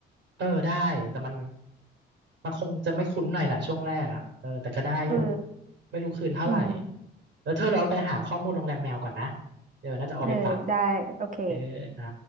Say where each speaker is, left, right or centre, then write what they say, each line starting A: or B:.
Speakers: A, on the right; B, on the right.
A: เออได้แต่มันมันคงจะไม่คุ้นหน่อยแหละช่วงแรกอ่ะเออแต่ก็ได้อยู่
B: เออ
A: ไม่รู้คืนเท่าไหร่
B: อืม
A: แล้วเธอเราไปหาข้อมูลโรงแรมแมวก่อนนะเดี๋ยวน่าจะเอาไปฝาก
B: เออได้โอเค
A: โอเคจ้า